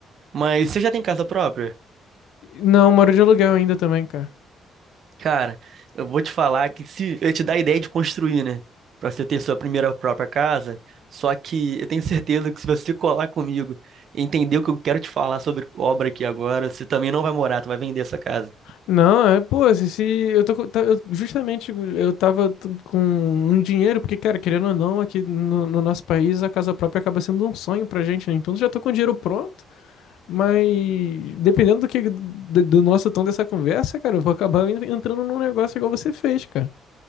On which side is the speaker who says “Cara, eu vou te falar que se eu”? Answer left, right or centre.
Right